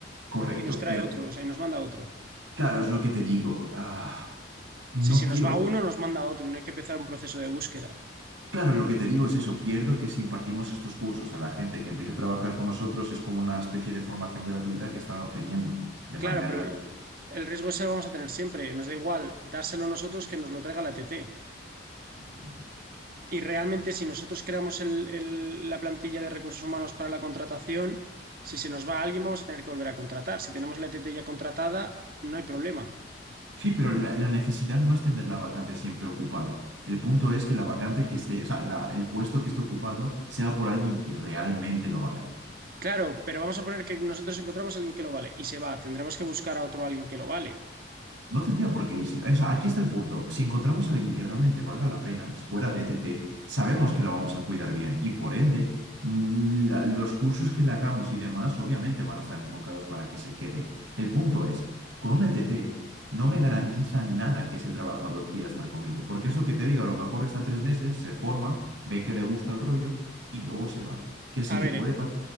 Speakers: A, on the right; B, on the right.
A: correcto.
B: Y nos trae
A: Pero
B: otro, o sea, y nos manda otro.
A: claro, es lo que te digo. ah, no
B: Si se
A: quiero
B: nos va
A: eso.
B: uno, nos manda otro y no hay que empezar un proceso de búsqueda.
A: Claro, lo que te digo es eso. Pierdo que si impartimos estos cursos a la gente que empieza a trabajar con nosotros, es como una especie de formación gratuita que están obteniendo de manera
B: Claro, pero el el riesgo ese lo vamos a tener siempre. Nos da igual dárselo nosotros que nos lo traiga la ETT.
A: gratuita.
B: Y realmente si nosotros creamos el- el- la plantilla de recursos humanos para la contratación, si se nos va alguien vamos a tener que volver a contratar. Si tenemos la ETT ya contratada, no hay problema.
A: Sí, pero la, la necesidad no es tener la vacante siempre ocupada. El punto es que la vacante que esté, o sea, la- el puesto que esté ocupado sea por alguien que realmente lo valga.
B: Claro, pero vamos a poner que nosotros encontramos a alguien que lo vale y se va. Tendremos que buscar a otro alguien que lo vale.
A: No tendría por qué irse. O sea, aquí está el punto. Si encontramos a alguien que realmente valga la pena, fuera de ETT, sabemos que lo vamos a cuidar bien y por ende, mm, la- los cursos que le hagamos y demás, obviamente van a estar enfocados para que se quede. El punto es, con un ETT no me garantiza nada que ese trabajador quiera estar conmigo, porque eso que te digo, a lo mejor está tres meses, se forma, ve que le gusta el rollo y luego se va. Que sí,
B: A ver,
A: puede
B: eh,
A: pasar